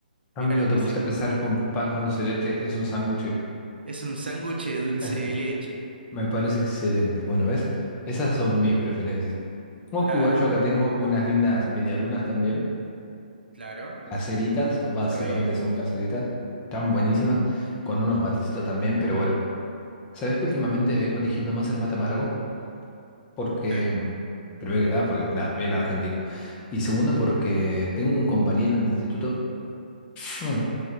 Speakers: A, on the left; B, on the right.
A: Amigo,
B: Mira lo
A: te
B: que
A: pusiste
B: sé.
A: a pensar con pan con dulce de leche es un sándwich.
B: Es un sándwich de dulce
A: Eso
B: de leche.
A: me parece excelente. Bueno, ¿ves? Esas son mis preferencias. Ojo,
B: Claro,
A: igual yo acá tengo unas lindas medialunas también.
B: claro.
A: Caseritas, o básicamente
B: Qué rico.
A: son caseritas. tan buenísimas. Con unos matecitos también, pero bueno. ¿Sabés que últimamente vengo eligiendo más el mate amargo? Porque,
B: Sí.
A: mm, primero que nada, porque nada, bien argentino. Y segundo, porque tengo un compañero en el instituto Mm,